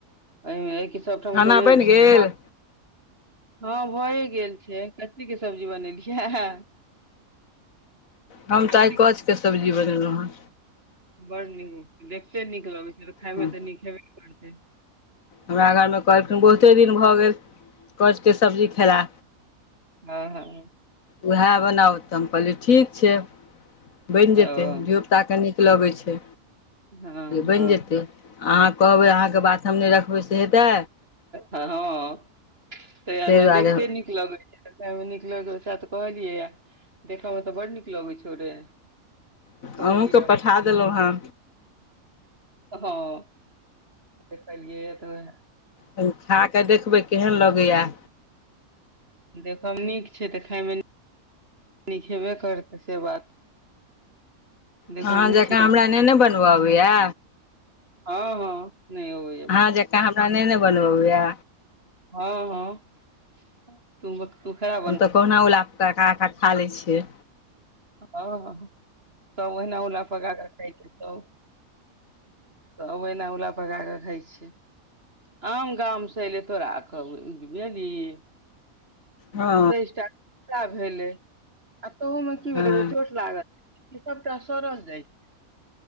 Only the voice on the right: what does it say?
ऐमैएहिमे सबठाम
के
भाव
हँ भए गेल छैय कभी के सब्जी बनेलियै है
कथी
बड़ नीक देखते नीक लगैत छैयतऽ खायमे
तऽ नीक हेवै करतै।
हँ हँ
ओ
हँ हँ
हँ ते हमे
देखते नीक लगै या देखै मे नीक लग तऽ सहे कहलियै देखय मे तऽ बड नीक लगैत छौ रे।
कहलियै
हँ देख कहलिय एतऽ बे
देखब नीक छै तऽ खायमे। निक हेबे करत से बात। देखयमे
नीक
छै तऽ
हँ हँ नै अबैये
हँ हँ तूम तू खरा
हँ सबौ ओहिना उला पका कऽ खाइ छै यै। तब एना उला पका कऽ खाइ छै। आम गांम से एले तोराखब बुझली ही
तेइस टा भेलै आ तहूमे की भेलै
चोट लागल। ई स‌बटा सरस जाइ छै।